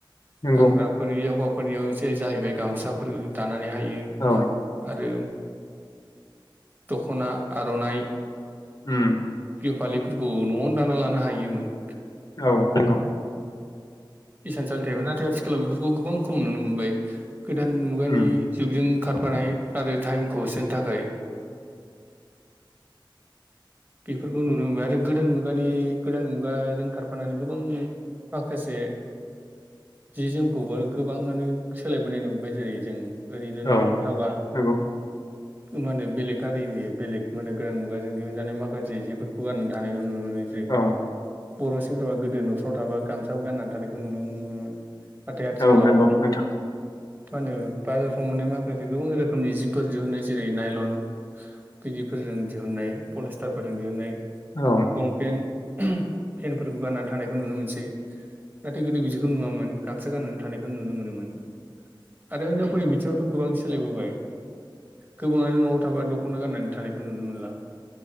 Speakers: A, on the left; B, on the right.
A: नंगौ
B: गानग्राफोरनि हौवाफोरनियाव जे जाहैबाय गामसाफोर दानानैहाय <unintelligible> आरो
A: औ
B: दख'ना आर'नाइ
A: उम ।
B: बिहु फालिफोरखौ न'आवनो दाना लानो हायोमोन।
A: औ नंगौ।
B: इसानसालि थायोमोन, नाथाय आथिखालाव बेफोरखौ गोबां खम नुनो मोनबाय‌। गोदान मुगानि
A: उम
B: जुगजों खारफानाय आरो टाइमखौ होसोनो थाखाय बेफोरखौ नुनो मोनबाय आरो गोदान मुगानि गोदान मुगाजों खारफानानै गोबां माखासे जि जोमखौबो गोबाङानो सोलायबोनाय नुबोबाय जेरै जों ओरैनो
A: औ
B: न'फ्राव थाबा
A: नंगौ
B: माने बेलेग हारिनि बेलेग माने गोदान मुगाजों दिहुनजानाय मा खासे जि फोरखौ गाननानै थानायखौ नुनोमोनोसै।
A: औ
B: बर' सेंग्राफा गोदो न'फ्राव थाबा गामसा गाननानै थानायखौ नुनो मोनोमोन । नाथाय आथि
A: औ
B: खलाव
A: नंगौ नोंथां
B: मा होनो बाजाराफ्राव मोननाय माखासे गोबां रोखोमनि जिफोर दिहुनाय जेरै नायलन बिदिफोर जों दिहनाय पलेसटारफोरजों दिहुननाय
A: औ
B: लंपेन फेनफोरखौ गाननानै थानायखौ नुनो मोनसै। नाथाय गोदो बिदिखौ नुवामोन गामसा गाननानै थानायखौ नुनो मोनोमोन। आरो हिनजावफोरनि बिथिङाव थ' गोबां सोलायबोबाय। गोबाङानो न'आव थाबा दख'ना गाननानै थानायखौ नुनो मोनला।